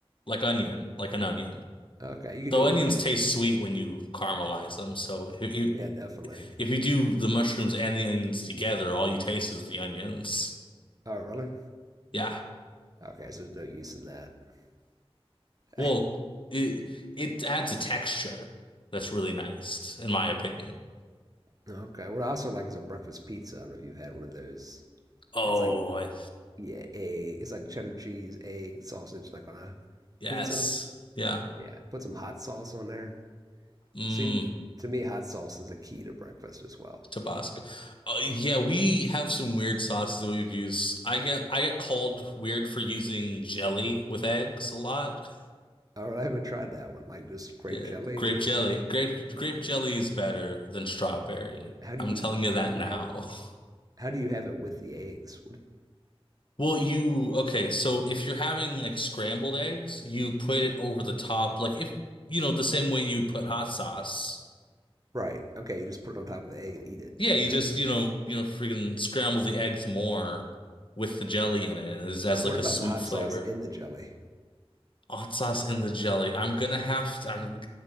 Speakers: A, on the left; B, on the right.
A: Like onion, like an onion.
B: Okay, you can
A: Though
B: do it
A: onions
B: with onions.
A: taste sweet when you caramelize them. So if you
B: Yeah, definitely.
A: if you do the mushrooms and the onions together, all you taste is the onions.
B: Oh, really?
A: Yeah.
B: Okay, so there's no use in that. <sighs>
A: Well,
B: <laughs>
A: it it adds a texture that's really nice, in my opinion.
B: Okay. What I also like is a breakfast pizza. I don't know if you've had one of those.
A: Oh,
B: It's like
A: I
B: yeah, egg. It's like cheddar cheese, egg, sausage, like on a
A: yes.
B: pizza.
A: Yeah.
B: Yeah. Put some hot sauce on there.
A: Mm.
B: See, to me, hot sauce is a key to breakfast as well.
A: Tabasco. Uh, yeah, we have some weird sauces that we've used. I get I get called weird for using jelly with eggs a lot. <laughs>
B: All right, I haven't tried that one. Like just grape
A: Yeah,
B: jelly,
A: grape
B: or
A: jelly. Grape grape jelly is better than strawberry.
B: how do
A: I'm
B: you
A: telling you
B: how
A: that
B: do
A: now.
B: you have it?
A: <laughs>
B: How do you have it with the eggs? What,
A: Well, you okay, so if you're having like scrambled eggs, you put it over the top like if you know the same way you'd put hot sauce.
B: right. Okay, you just put it on top of the egg and eat it.
A: Yeah,
B: Okay.
A: you just, you know, you know freaking scramble the eggs more with the jelly in it as it
B: What
A: like
B: about
A: a sweet
B: the hot
A: flavor.
B: sauce in the jelly?
A: Hot sauce in the jelly. I'm gonna have to, I'm,